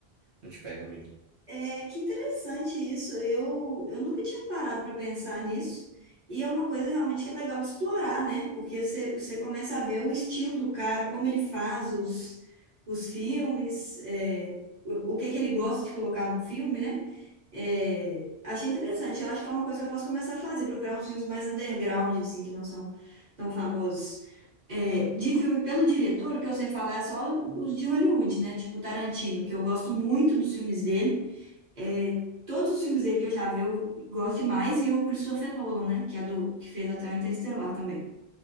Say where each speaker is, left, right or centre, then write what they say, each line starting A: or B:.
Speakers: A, on the right; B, on the right.
A: Não te pega muito.
B: É, que interessante isso. Eu, eu nunca tinha parado para pensar nisso. E é uma coisa realmente que é legal de explorar, né? Porque você, você começa a ver o estilo do cara, como ele faz os, os filmes, é, o, o que é que ele gosta de colocar no filme, né? É, achei interessante. Eu acho que é uma coisa que eu posso começar a fazer, procurar uns filmes mais underground, assim, que não são tão famosos. É, de filme pelo diretor, o que eu sei falar é só os de Hollywood, né? Tipo Tarantino, que eu gosto muito dos filmes dele. É, todos os filmes dele que eu já vi, eu gosto demais, e o Christopher Nolan, né? Que é do que fez até o Interestelar também.